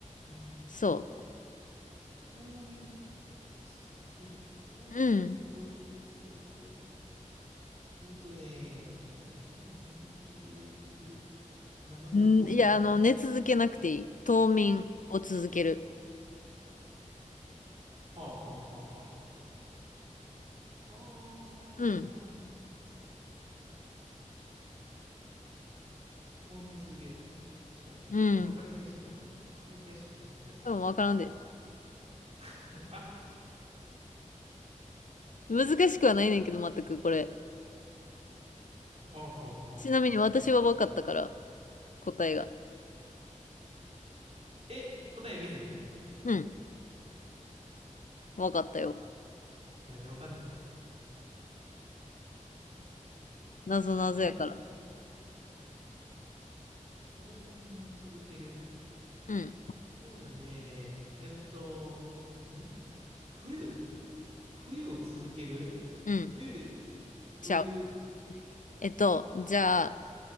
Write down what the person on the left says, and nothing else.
そ
う。うん。
うんいや、あの、寝続けなくていい。冬眠を続ける。
うん。
うん。
多分わからんで。
難しくはないねんけど、全くこれ。
ちなみに私は分かったから、
答えが。
うん。分かったよ。
なぞなぞやから。
うん。
うん。
ちゃう。
えっと、じゃあ、